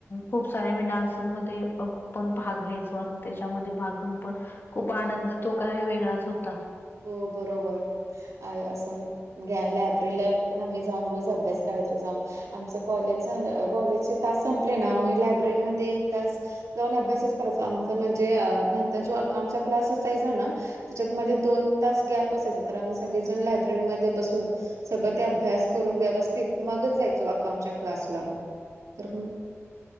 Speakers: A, on the left (about 45°); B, on the right (about 85°).
A: खूप साऱ्या आम्ही डान्स मध्ये पण भाग घ्यायचो आणि त्याच्यामध्ये भाग घेऊन पण खूप आनंद तो काय वेगळाच होता.
B: हो बरोबर असं लायब्ररीला पण आम्ही जाऊन रोज अभ्यास करायचो जाऊन आमचं कॉलेज झालं कॉलेजचे तास संपले ना आम्ही लायब्ररीमध्ये एक तास जाऊन अभ्यासच करायच आमच म्हणजे, नंतर जो अकाउंटचा क्लास असायचा ना त्याच्यातमध्ये दोन तास गॅप असायचा तर आम्ही सगळेजण लायब्ररीमध्ये बसून सगळं ते अभ्यास करून व्यवस्थित मागत जायचो अकाउंट क्लासला. तर